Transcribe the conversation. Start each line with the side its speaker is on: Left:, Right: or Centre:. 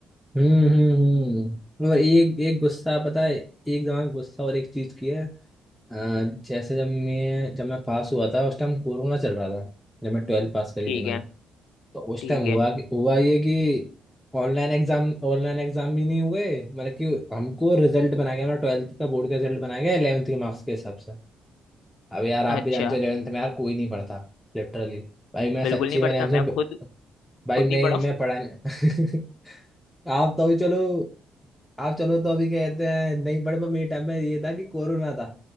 Centre: हम्म हम्म हम्म और एक एक गुस्सा पता है एक दिमाग में गुस्सा और एक चीज की है अ, जैसे जब मैं जब मैं पास हुआ था उस टाइम कोरोना चल रहा था जब मैं ट्वेल्थ पास करी
Left: ठीक
Centre: थी मैंने
Left: है
Centre: तो उस
Left: ठीक
Centre: टाइम हुआ
Left: है
Centre: कि हुआ ये कि ऑनलाइन एग्जाम ऑनलाइन एग्जाम भी नहीं हुए मतलब कि हमको रिजल्ट बनाया गया हमारा ट्वेल्थ का बोर्ड का रिजल्ट बनाया गया 11th के मार्क्स के हिसाब से अब यार आप
Left: अच्छा
Centre: भी जानते हो 11th में यार कोई नहीं पढ़ता लिटरली भाई मैं
Left: बिल्कुल
Centre: सच्ची
Left: नहीं पढ़ता
Centre: में 11th
Left: मैं खुद
Centre: में भाई
Left: खुद नहीं
Centre: मैं
Left: पढ़ा हूँ।
Centre: मैं पढ़ा नहीं <laughs> आप तो अभी चलो आप चलो तो अभी कहते हैं नहीं पढ़े पर मेरे टाइम में ये था कि कोरोना था